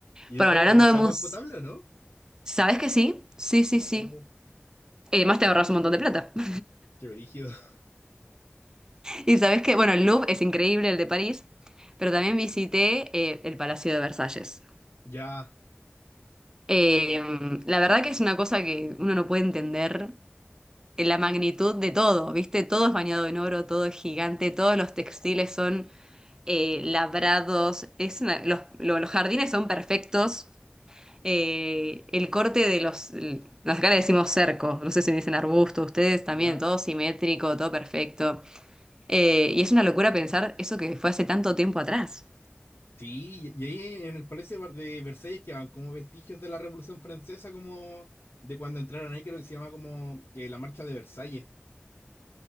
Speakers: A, on the left; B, on the right.
A: ¿Y
B: Pero
A: es de
B: bueno,
A: verdad
B: hablando
A: esa
B: de mus...
A: agua es potable o no?
B: ¿Sabés que sí? Sí, sí,
A: Oh,
B: sí. Y además te ahorras un montón de plata. <laughs>
A: qué brígido. <laughs>
B: Y sabes que, bueno, el Louvre es increíble, el de París, pero también visité eh, el Palacio de Versalles.
A: Ya,
B: Eh, la verdad que es una cosa que uno no puede entender eh, la magnitud de todo, ¿viste? Todo es bañado en oro, todo es gigante, todos los textiles son eh, labrados, es una- los, lo- los jardines son perfectos. eh, el corte de los, el- acá le decimos cerco, no sé si dicen arbusto, ustedes también,
A: ya.
B: todo simétrico, todo perfecto. Eh, y es una locura pensar eso que fue hace tanto tiempo atrás.
A: Sí, y y ahí en el Palacio de Ver- de Versalles quedaban como vestigios de la Revolución Francesa, como de cuando entraron ahí, creo que se llama como eh, la Marcha de Versalles.